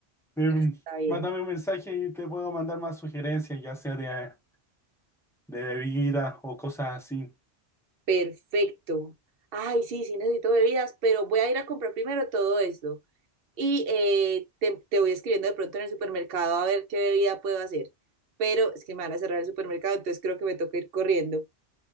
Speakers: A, in the centre; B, on the right (about 65°).
A: Em,
B: Está bien.
A: mándame un mensaje y te puedo mandar más sugerencias, ya sea de... de bebida o cosas así.
B: Perfecto. Ay, sí, sí necesito bebidas, pero voy a ir a comprar primero todo esto. Y eh, te, te voy escribiendo de pronto en el supermercado a ver qué bebida puedo hacer. Pero es que me van a cerrar el supermercado, entonces creo que me toca ir corriendo.